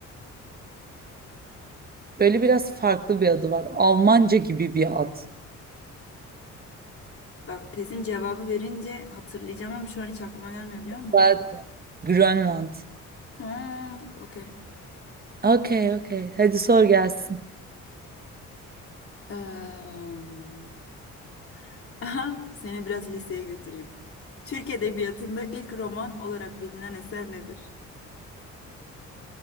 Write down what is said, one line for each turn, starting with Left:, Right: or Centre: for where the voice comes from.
Right: Böyle biraz farklı bir adı var. Almanca gibi bir ad.
Left: Bak kesin cevabı verince hatırlayacağım ama şu an hiç aklıma gelmiyor biliyor musun?
Right: Zaten Grönland.
Left: Ha, bak okey.
Right: Okey okey. Hadi sor gelsin.
Left: Eee, <laughs> Aha, seni biraz liseye götüreyim. Türk Edebiyatı'nda ilk roman olarak bilinen eser nedir?